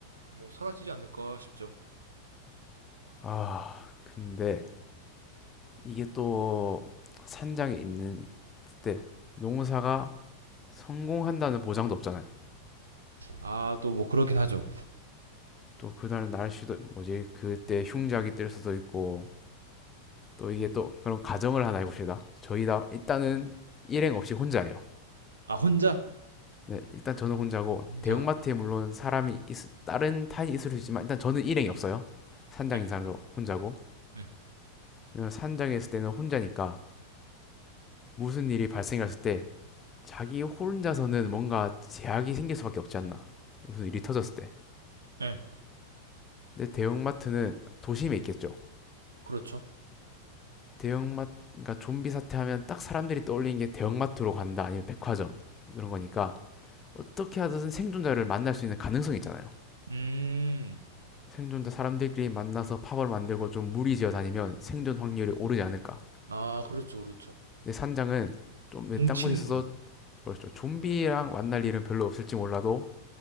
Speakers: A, on the right; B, on the left.
A: 뭐 사라지지 않을까 싶죠.
B: 아, 근데 이게 또 산장에 있는 때 농사가 성공한다는 보장도 없잖아요.
A: 아 또 뭐 그렇긴 하죠.
B: 또 그날 날씨도 뭐지? 그때 흉작이 뜰 수도 있고, 또 이게 또 그런 가정을 하나 해봅시다. 저희 다 일단은 일행 없이 혼자예요.
A: 아 혼자
B: 네, 일단 저는 혼자고
A: 혼자.
B: 대형마트에 물론 사람이 있- 다른 타인이 있을 수 있지만 일단 저는 일행이 없어요. 산장
A: 네.
B: 인사도 혼자고.
A: 네.
B: 왜냐면 산장에 있을 때는 혼자니까 무슨 일이 발생했을 때 자기 혼자서는 뭔가 제약이 생길 수밖에 없지 않나. 무슨 일이 터졌을 때.
A: 네.
B: 근데 대형마트는 도심에 있겠죠.
A: 그렇죠.
B: 대형마트 그러니까 좀비 사태 하면 딱 사람들이 떠올리는 게 대형마트로 간다 아니면 백화점 이런 거니까 어떻게 하든 생존자를 만날 수 있는 가능성이 있잖아요.
A: 음.
B: 생존자 사람들끼리 만나서 팝을 만들고 좀 무리지어 다니면 생존 확률이 오르지 않을까.
A: 아 그렇죠, 그렇죠.
B: 근데 산장은 좀
A: 뭉치는
B: 딴 곳에 있어서
A: 거.
B: 뭐랬죠? 좀비랑 만날 일은 별로 없을지 몰라도